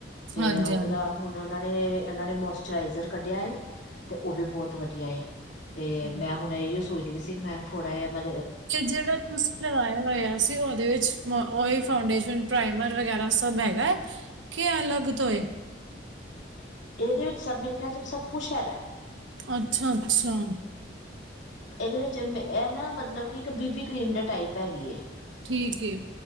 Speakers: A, on the left; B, on the right.
A: ਤੇ
B: ਹਾਂਜੀ
A: ਔਦਾ ਹੁਣ ਤੇ ਓਨਾਂ ਨੇ ਓਨਾਂ ਨੇ ਮੋਸਚਰਾਈਜ਼ਰ ਕੱਢਿਆ ਏ ਤੇ ਓ ਵੀ ਬਹੁਤ ਵਧੀਆ ਆ। ਤੇ
B: ਹੂੰ।
A: ਮੈਂ ਹੁਣ ਐਇਔ ਸੋਚਦੀ ਵੀ ਸੀ ਕਿ ਮੈਂ ਥੋੜ ਜੇਆ ਮਾ
B: ਕਿ ਜੇੜਾ ਤੁਸੀਂ ਲਗਾਇਆ ਹੋਇਆ ਸੀ ਓਦੇ ਵਿੱਚਨ ਓਈ ਫਾਉਂਡੇਸ਼ਨ, ਪ੍ਰਾਈਮਰ ਵਗੈਰਾ ਸਬ ਹੈਗਾ? ਕੀ ਅਲੱਗ ਤੋ ਏ?
A: ਇਹਦੇ ਵਿੱਚ ਸਭ ਮੇਰੇ ਖਿਆਲ ਚ ਵੀ ਸਭ ਕੁੱਛ ਹੈਗਾ ਐ।
B: ਅੱਛਾ-ਅੱਛਾ।
A: ਏਦੇ ਵਿੱਚ ਮ ਏ ਨਾ ਮਤਲਬ ਕੀ ਇੱਕ ਬੀਬੀ ਕਰੀਮ ਦੇ ਟਾਈਪ ਹੈਗੀ ਏ।
B: ਠੀਕ ਏ।